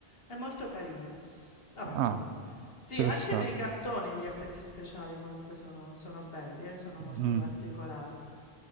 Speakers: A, on the left (about 60°); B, on the right (about 85°).
A: È molto carino. Vabbè,
B: Ah,
A: comunque. Sì,
B: interessante.
A: anche nei cartoni gli effetti speciali comunque sono, sono belli, eh, sono molto
B: Mm.
A: particolari.